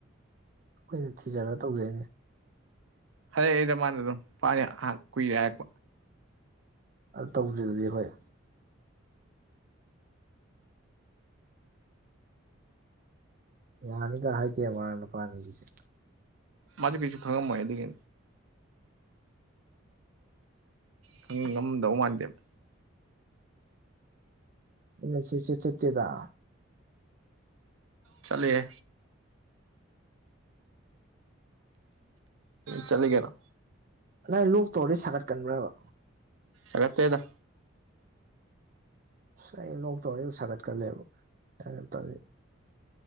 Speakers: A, on the right; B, on the right.
A: ꯑꯩꯈꯣꯏꯅ ꯊꯤꯖꯔꯒ ꯇꯧꯖꯩꯅꯦ꯫
B: <unintelligible> ꯃꯥꯅ ꯑꯗꯨꯝ ꯄꯥꯅꯤ ꯀꯨꯏꯔꯦ ꯍꯥꯏꯔꯛꯄ꯫
A: ꯑꯗꯨ ꯇꯧꯗ꯭ꯔꯤ ꯗꯨꯗꯤ ꯑꯩꯈꯣꯏ꯫ ꯌꯥꯅꯤꯒ ꯍꯥꯏꯗꯦꯕꯥ <unintelligible> ꯅꯨꯄꯥ ꯑꯅꯤꯗꯨꯁꯨ꯫
B: ꯃꯗꯨ ꯀꯩꯁꯨ ꯈꯪꯉꯝꯃꯣꯏ ꯑꯗꯨꯒꯤꯅꯤ ꯈꯪ ꯉꯝꯗꯧ ꯃꯥꯟꯗꯦꯕ
A: ꯅꯦꯠꯁꯦ ꯏꯆꯠ ꯆꯠꯇꯦꯗ
B: ꯆꯠꯔꯤꯍꯦ ꯆꯠꯂꯒꯦꯔꯣ
A: ꯅꯪ ꯂꯣꯛ ꯇꯧꯔꯗꯤ ꯁꯥꯒꯠꯀꯟꯕ꯭ꯔꯕ
B: ꯁꯥꯒꯠꯇꯦꯗ
A: ꯑꯁ ꯑꯩ ꯂꯣꯛꯇꯧꯔꯗꯤ ꯁꯥꯒꯠꯀꯜꯂꯦꯕ <unintelligible>